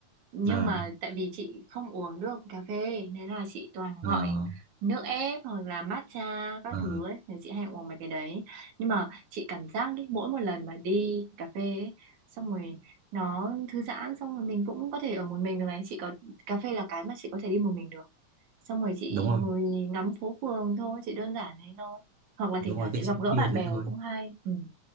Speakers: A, on the right; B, on the right.
A: Nhưng
B: ờ
A: mà tại vì chị không uống được cà phê nên là chị toàn
B: ờ
A: gọi nước ép hoặc là matcha các
B: ờ
A: thứ ấy, nên chị hay uống mấy cái đấy. Nhưng mà chị cảm giác đi mỗi một lần mà đi cà phê ấy, xong rồi nó thư giãn xong rồi mình cũng có thể ở một mình được này, chị có cà phê là cái mà chị có thể đi một mình được. Xong rồi chị
B: đúng rồi
A: ngồi ngắm phố phường thôi, chị đơn giản thế thôi. Hoặc là
B: đúng
A: thỉnh thoảng
B: rồi cái
A: chị
B: chi
A: gặp gỡ
B: tiêu
A: bạn
B: thế
A: bè
B: thôi
A: cũng hay. Ừ.